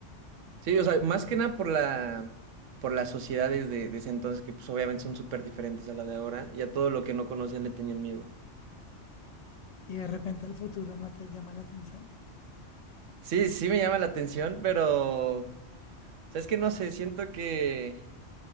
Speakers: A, on the right; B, on the left.
A: Sí, o sea, más que nada por la, por las sociedades de, de ese entonces, que pues obviamente son súper diferentes a la de ahora, y a todo lo que no conocían le tenían miedo.
B: Y de repente al futuro no te llama la atención.
A: Sí, sí me llama la atención, pero, sabes que no sé, siento que